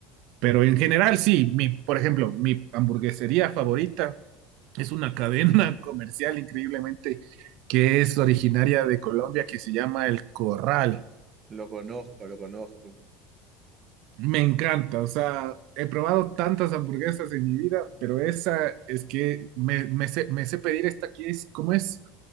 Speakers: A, on the right (about 65°); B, on the right (about 35°).
A: Pero en general, sí. Mi, por ejemplo, mi hamburguesería favorita es una cadena <laughs> comercial increíblemente que es originaria de Colombia que se llama El Corral.
B: Lo conozco, lo conozco.
A: Me encanta, o sea, he probado tantas hamburguesas en mi vida, pero esa es que me, me sé, me sé pedir esta que es, ¿cómo es?